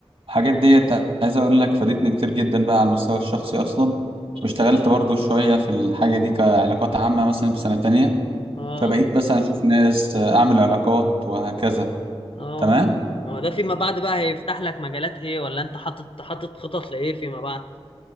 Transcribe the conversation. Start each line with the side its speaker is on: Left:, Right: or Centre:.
Right: الحاجات ديت عايز اقول لك فادتني كتير جدا بقى على المستوى الشخصي اصلا واشتغلت برضو شويه في الحاجه دي كعلاقات عامه مثلا في سنه تانية
Left: اه
Right: فبقيت مثلا اشوف ناس اعمل علاقات وهكذا
Left: اه
Right: تمام
Left: ما هو ده فيما بعد بقى هيفتح لك مجالات ايه ولا انت حاطط حاطط خطط لايه فيما بعد